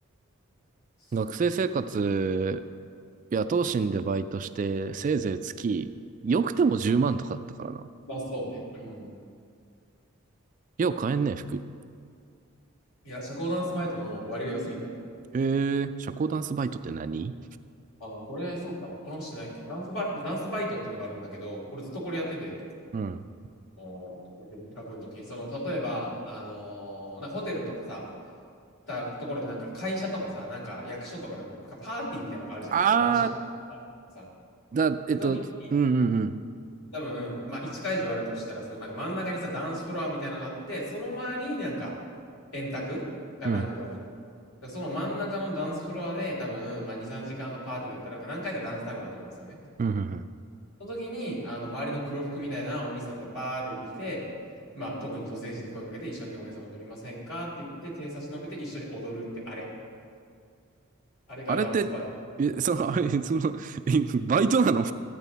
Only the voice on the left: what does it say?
そうそうそう。
まあそうね。うん。
いや、社交ダンスバイトの割が良すぎた。
ああ、これ、そうか、こなしてないか。ダンスバイ、ダンスバイトっていうのがあるんだけど、俺ずっとこれやってて、
おー学部の時。その、例えば、あのーなんかホテルとかさ、たところで、なんか会社とかさ、なんか役所とかなんか、なんかパーティーみたいなのがあるじゃん。
こう、何種類かさ。
で、時に、
多分、まあ、1会場あるとしたら、そのなんか真ん中にさ、ダンスフロアみたいなのがあって、その周りになんか、円卓が何個かみたいな。
だからその真ん中のダンスフロアで、多分、まあ、2、3時間のパーティーだったら、なんか何回かダンスタイムあると思うんですよね。
その時に、あの、周りの黒服みたいなお兄さんがバーって出てきて、まあ、特に女性陣に声かけて、一緒にお姉さんと踊りませんかって言って、手差し伸べて一緒に踊るってあれ。あれがダンスバイ